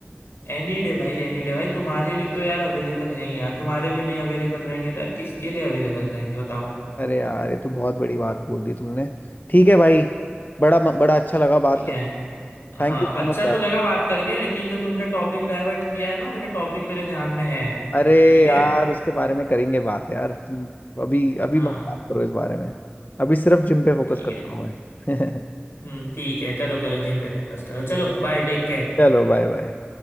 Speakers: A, on the left; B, on the left.
A: एनी डे भाई एनी डे भाई तुम्हारे लिए तो यार अवेलेबल है ही यार तुम्हारे लिए नहीं अवेलेबल रहेंगे तो यार किसके लिए अवेलेबल रहेंगे बताओ
B: अरे यार ये तो बहुत बड़ी बात बोल दी तुमने ठीक है भाई बड़ा बड़ा अच्छा लगा बात
A: ठीक
B: कर
A: है हाँ
B: थैंक यू सो
A: अच्छा
B: मच यार
A: तो लगा बात करके लेकिन जो तुमने टॉपिक डाइवर्ट किया है ना मेरे टॉपिक मेरे ध्यान में है
B: अरे
A: ठीक है
B: यार उसके बारे में करेंगे बात यार तुम अभी अभी
A: हाँ
B: मत बात करो इस बारे में अभी सिर्फ जिम पे फोकस
A: ठीक
B: करता
A: है
B: हूँ मैं <laughs>
A: हम्म ठीक है करो करो जिम पे फोकस करो चलो बाय टेक केयर
B: चलो बाय बाय